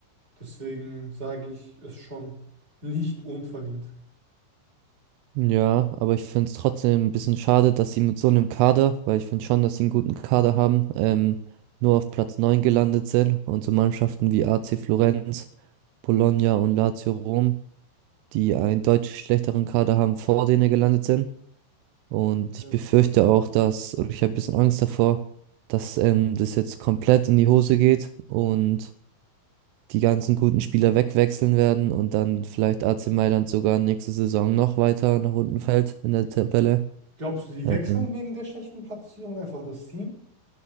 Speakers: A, on the right (about 20°); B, on the right (about 85°).
A: Deswegen sage ich, ist schon nicht unverdient.
B: Ja, aber ich finde es trotzdem ein bisschen schade, dass sie mit so einem Kader, weil ich finde schon, dass sie einen guten Kader haben, ähm, nur auf Platz 9 gelandet sind und so Mannschaften wie AC Florenz, Bologna und Lazio Rom die einen deutlich schlechteren Kader haben, vor denen gelandet sind. Und
A: Ja.
B: ich befürchte auch, dass, oder ich habe ein bisschen Angst davor, dass ähm, das jetzt komplett in die Hose geht und die ganzen guten Spieler wegwechseln werden und dann vielleicht AC Mailand sogar nächste Saison noch weiter nach unten fällt in der Tabelle.
A: Glaubst du, die
B: Ähm,
A: wechseln wegen der schlechten Platzierung einfach das Team?